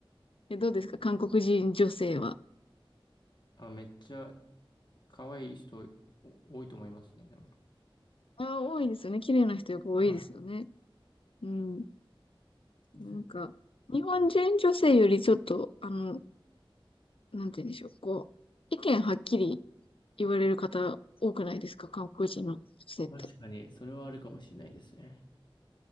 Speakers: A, on the left (about 70°); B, on the left (about 55°).
A: え、どうですか韓国人女性は。
B: あ、めっちゃ可愛い人お多いと思いますね、でも。
A: あ、多いですよね。綺麗な人やっぱ多いですよね。
B: は
A: うん。
B: い。
A: なんか、
B: ぜ
A: 日本人女性よりちょっと、あの、なんて言うんでしょう。こう、意見はっきり言われる方多くないですか韓国人の女性って。
B: 確かに、それはあるかもしれないですね。